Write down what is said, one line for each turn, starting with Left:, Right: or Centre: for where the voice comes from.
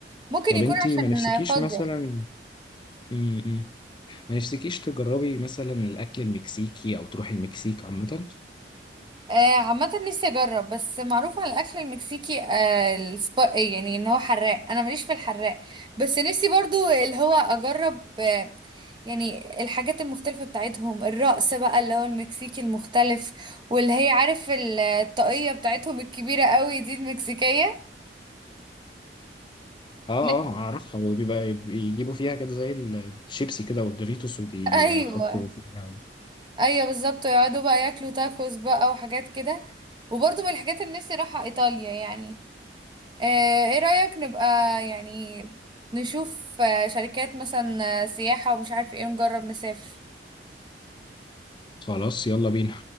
Right: ممكن
Left: طب
Right: يكون
Left: انتي
Right: عشان
Left: ما نفسكيش
Right: فاضي
Left: مثلا م- م. ما نفسكيش تجربي مثلا الاكل المكسيكي او تروحي المكسيك عامه
Right: آه عامة نفسي اجرب بس معروف عن الاكل المكسيكي آه السبا إيه يعني ان هو حراق انا ماليش في الحراق بس نفسي برضو اللي هو اجرب آه يعني الحاجات المختلفة بتاعتهم الرقص بقى اللي هو المكسيكي المختلف واللي هي عارف الطاقية بتاعتهم الكبيرة قوي دي المكسيكية
Left: اه
Right: نفسي-
Left: اه اعرفها وبيبقى بيجيبوا فيها كده زي الشيبسي كده والدوريتوس وبيحطوا
Right: ايوه
Left: فيها
Right: ايوه بالظبط ويقعدوا بقى ياكلوا تاكوس بقى وحاجات كده وبرضه من الحاجات اللي نفسي اروحها ايطاليا يعني آه، ايه رأيك نبقى يعني نشوف آه، شركات مثلا آه، سياحة ومش عارف ايه نجرب نسافر
Left: خلاص يلا بينا